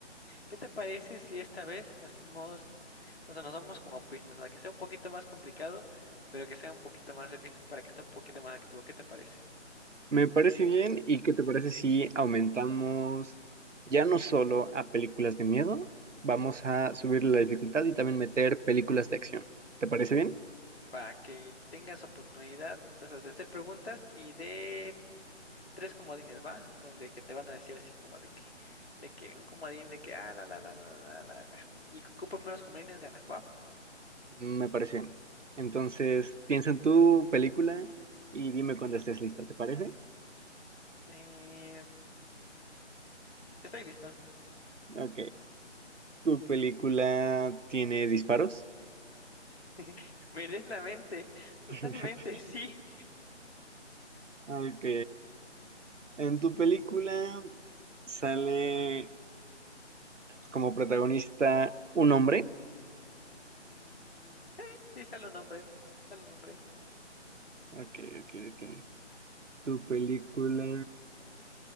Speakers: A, on the left (about 55°); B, on the right (about 80°).
A: ¿Qué te parece si esta vez hacemos, o sea, nos vamos como pistas, o sea, que sea un poquito más complicado, pero que sea un poquito más de pistas para que esté un poquito más activo? ¿Qué te parece?
B: Me parece bien. ¿Y qué te parece si aumentamos ya no solo a películas de miedo, vamos a subir la dificultad y también meter películas de acción? ¿Te parece bien?
A: Va, que tengas oportunidad, o sea, de hacer preguntas y de tres comodines, ¿va? Donde que te van a decir así como de que, de que un comodín de que, ah, la, la, la, la, la, la, la, Y que ocupe menos comodines gana, ¿va?
B: Me parece bien. Entonces, piensa en tu película y dime cuando estés lista, ¿te parece?
A: Eh, estoy listo.
B: Ok. ¿Tu película tiene disparos?
A: <laughs> Me lees la mente, totalmente,
B: <laughs>
A: <laughs> sí.
B: Ok. En tu película sale como protagonista un hombre.
A: Mm, sí, sí, sale un nombre. Sale un nombre.
B: Ok, ok, ok. Tu película